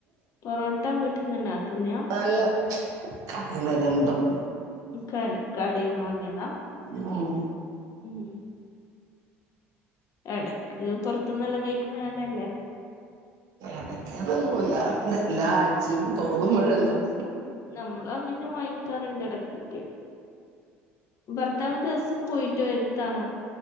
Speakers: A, on the left (about 55°); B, on the right (about 65°).
A: പൊറോട്ട വീട്ടിൽ നിന്ന് തന്നെ ആക്കുന്നെയാ
B: <unintelligible>
A: ക കടയിന്ന് വാങ്ങിയതാ
B: ഉം
A: ഉം ഇടക്ക് പുറത്തന്നെല്ലാം കഴിക്കുന്നത് നല്ലത് അല്ലേ
B: എടക്ക്ന്നുമല്ല എല്ലാ ആഴ്ചയും തോന്നുമ്പോഴല്ലാം
A: നമ്മള അങ്ങനെ വാങ്ങിക്കാറുണ്ട് ഇടക്കൊക്കെ ഭർത്താവ ദിവസം പോയിട്ട് വരതാണോ